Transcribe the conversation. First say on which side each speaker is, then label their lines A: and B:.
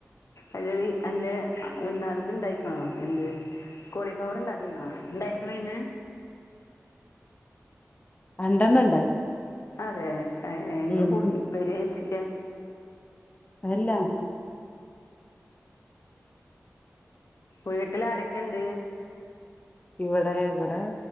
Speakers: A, on the left; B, on the left.
A: അല്ല അല്ല എന്താണത് ഉണ്ടായിക്കണോ എന്ത് കോളിഫ്ലവർ ഉണ്ടാക്കിക്കണോ എന്തായിക്കണ്മേ
B: രണ്ടണം ഉണ്ടായി
A: അതെ നിങ്ങള്ൾ
B: ഉം
A: ഇപ്പര് ചച്ചിക്കാ
B: എല്ലാം
A: വീട്ടിൽ ആരക്കെണ്ട്
B: ഇവിടെ ഇവിടെ